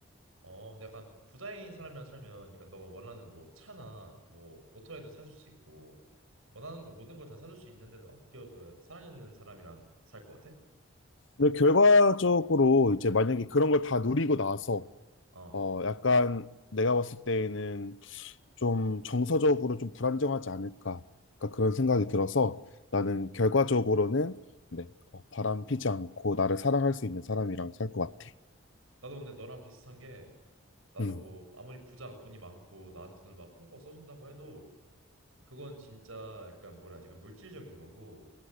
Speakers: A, on the right (about 80°); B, on the left (about 60°).
A: 어, 근데 약간 부자인 사람이랑 살면 약간 너가 원하는 뭐 차나 뭐 모터에도 사줄 수 있고 원하는 거 모든 걸 다 사줄 수 있는데도 아껴 그 사랑하는 사람이랑 살 것 같아?
B: 근데 결과적으로 이제 만약에 그런 걸 다 누리고 나서
A: 어,
B: 어, 약간 내가 봤을 때에는 좀 정서적으로 좀 불안정하지 않을까. 그러니까 그런 생각이 들어서 나는
A: 음.
B: 결과적으로는 네, 어, 바람 피지 않고 나를 사랑할 수 있는 사람이랑 살 것 같아.
A: 나도 근데 너랑 비슷한 게 나도
B: 음,
A: 뭐 아무리 부자가 돈이 많고 나한테 돈을 막 펑펑 써준다고 해도 그건 진짜 약간 뭐라 해야지 약간 물질적인 거고